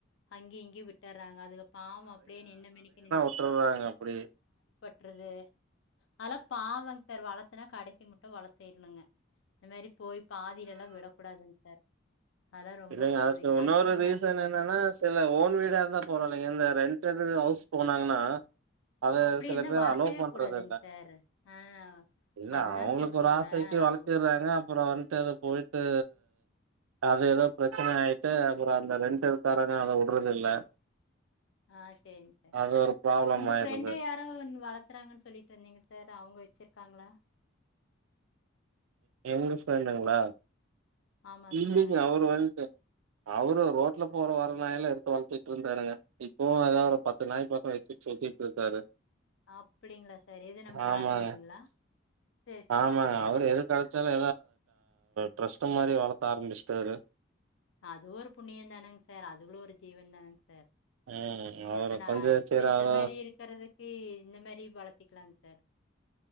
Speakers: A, on the left (about 70°); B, on the right (about 85°).
A: அங்கி இங்கி விட்டுறாங்க அதுக்குப்பாவம் அப்டியே என்ன மேனிக்கு நின்
B: றாங்க அப்டி
A: து அதெல்லா பாவம் சார் வளத்துனா கடைசி மட்டு‌ வளர்த்திறனுங்க இந்த மாரி போய் பாதிலல்லா விடக்கூடாதுங்க சார் அதெல்லாம் ரொம்ப
B: இல்லிங்க
A: கொடுமைங்க.
B: அதுக்கு இன்னொரு
A: நம்ம
B: ரீசன் என்னன்னா சில ஓன் வீடா தா போறோ இல்லங்க இந்த ரெண்டைட் ஹவுஸ் போனங்கண்ணா அதது
A: அப்படி
B: சில
A: இருந்தா
B: பேர்
A: வளர்த்தவே
B: அலோ பண்றது
A: கூடாதுங்க
B: இல்ல
A: சார். ஆ
B: இல்ல
A: அதுதாங்க
B: அவங்களுக்கு
A: சார் சொல்றேன்.
B: ஒரு ஆசைக்கு வளர்த்திறாங்க
A: அவங்க
B: அப்புறம் வந்துட்டு அத போயிட்டு அது ஏதோ பிரச்சன ஆயிட்டு அப்புறம் அந்த ரெண்டட் இருக்காரங்க அத வுட்றது இல்ல
A: ஆஹ் செரிங்க சார்
B: அது ஒரு ப்ராப்ளம்
A: உங்க
B: ஆயிருது.
A: ஃப்ரெண்டு யாரும் வளத்துறாங்கன்னு சொல்லிட்டு இருந்தீங்க சார் அவங்க வெச்சிருக்காங்களா
B: எங்க பிரின்ட்ங்குல
A: ஆமாங்க
B: இன்னிக்கு
A: சார்.
B: அவரு வந்து அவரு ரோட்ல போற வரற நாய எல்லா எடுத்து வளர்த்திட்டு இருந்தாருங்க இப்போவு ஏதோ ஒரு பத்து நாய் பக்கம் வெச்சுட்டு சுத்திட்டு இருந்தாரு
A: அப்படிங்களா சார்? எது நம்ம
B: ஆமாங்க
A: நாட்டு நாய்ங்களா? சரி, சரிங்க
B: ஆமாங்க
A: சார்.
B: அவரு எது கெடைச்சாலு டிரஸ் மாரி வளத் ஆரம்பிச்சுட்டாரு
A: அது ஒரு புண்ணியம் தானேங்க சார் அதுகளு ஒரு ஜீவன் தானேங்க சார்
B: ம் அவரு
A: இப்ப நா
B: கொஞ்சம்
A: இப்ப
B: சரி
A: இந்த
B: அவரு
A: மாரி இருக்கிறதுக்கு இந்த மாரி வளர்த்திக்கலாங்க சார்